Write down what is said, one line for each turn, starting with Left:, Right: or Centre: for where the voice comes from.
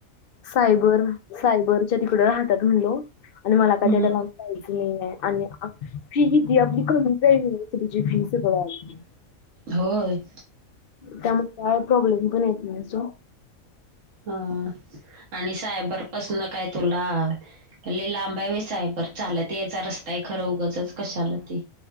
Left: सायबर सायबरच्या तिकडं राहतात म्हणलो, आणि मला काय
Right: हम्म
Left: तेवढ्या लांब जायचं नाहीये, आणि फी किती हाय आपली कमीच आहे युनिव्हर्सिटीची फी सगळ्यात
Right: होय.
Left: त्यामुळे काय प्रॉब्लेम पण येत नाही सो
Right: हा आणि सायबरपसन काय तुला लय लांब आहे होय साय बर, चालत यायचा रस्ता आहे खरं उगचच कशाला ते